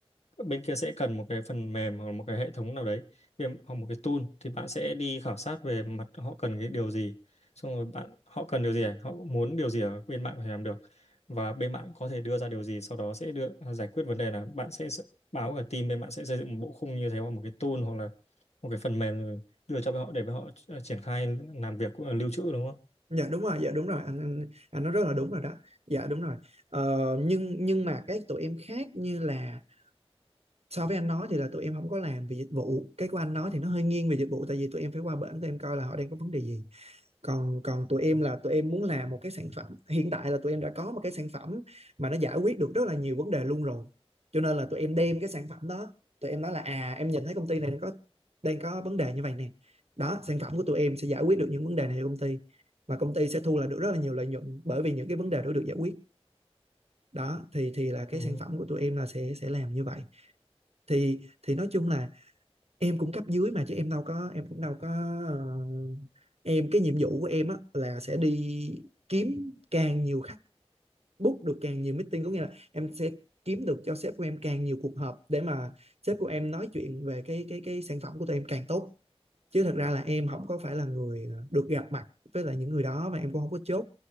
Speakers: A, on the left (about 90°); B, on the right (about 75°).
A: bên kia sẽ cần một cái phần mềm hoặc một cái hệ thống nào đấy bên- hoặc một cái tool thì bạn sẽ đi khảo sát về mặt họ cần cái điều gì xong rồi bạn họ cần điều gì à? họ muốn điều gì ở bên bạn có thể làm được và bên bạn có thể đưa ra điều gì sau đó sẽ đưa à, giải quyết vấn đề là bạn sẽ s- báo cả team bên bạn sẽ xây dựng một bộ khung như thế hoặc một cái tool hoặc là một cái phần mềm rồi đưa cho họ để họ à, triển khai làm việc cũng là lưu trữ đúng không?
B: dạ đúng rồi dạ đúng rồi anh anh anh nói rất là đúng rồi đó dạ đúng rồi ờ, nhưng nhưng mà cái tụi em khác như là so với anh nói thì là tụi em không có làm về dịch vụ cái của anh nói thì nó hơi nghiêng về dịch vụ tại vì tụi em phải qua bển tụi em coi là họ đang có vấn đề gì còn còn tụi em là tụi em muốn làm một cái sản phẩm hiện tại là tụi em đã có một cái sản phẩm mà nó giải quyết được rất là nhiều vấn đề luôn rồi cho nên là tụi em đem cái sản phẩm đó tụi em nói là à em nhìn thấy công ty này nó có đang có vấn đề như vậy nè đó sản phẩm của tụi em sẽ giải quyết được những vấn đề này cho công ty và công ty sẽ thu lại được rất là nhiều lợi nhuận bởi vì những cái vấn đề đó được giải quyết đó thì thì là cái
A: Ừ.
B: sản phẩm của tụi em là sẽ sẽ làm như vậy thì thì nói chung là em cũng cấp dưới mà chứ em đâu có em cũng đâu có ờ, em cái nhiệm vụ của em á là sẽ đi kiếm càng nhiều khách book được càng nhiều meeting có nghĩa là em sẽ kiếm được cho sếp của em càng nhiều cuộc họp để mà sếp của em nói chuyện về cái cái cái sản phẩm của tụi em càng tốt chứ thật ra là em không có phải là người ờ, được gặp mặt với lại những người đó mà em cũng không có chốt